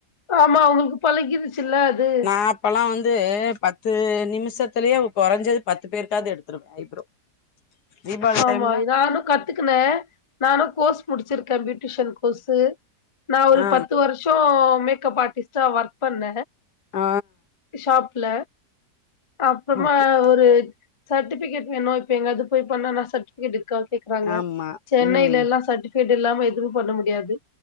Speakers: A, on the left; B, on the left.
A: ஆமா அவுங்ளுக்கு பழகிருச்சுல்ல அது
B: நா அப்பல்லா வந்து பத்து நிமிஷத்துலயே கொறஞ்சது பத்து பேருக்காவ்து எடுத்துர்வ ஐப்ரோ தீபாவளி
A: ஆமா
B: டைம்ல
A: இதானு கத் துக்குன நானு கோஸ் முடிச்சிர்க்க பியூட்டிஷன் கோஸ்சு நா ஒரு
B: ஆ
A: பத்து வர்ஷ் ஷோ மேக்கப் ஆட்டிஸ்ட்டா வெர்க் பண்ண
B: ஆ
A: ஷாப்ல அப்றமா
B: ஓகே
A: ஒரு சர்ட்டிஃபிக்கேட் வேணு இப்ப எங்கவ்து போய் பண்ணா நா சட்டிஃபிக்கேட் இருக்கா கேக்குறாங்க
B: ஆமா
A: சென்னைலலா
B: ம்
A: சர்ட்டிஃபி கேட் இல்லாம எதுமே பண்ண முடியாது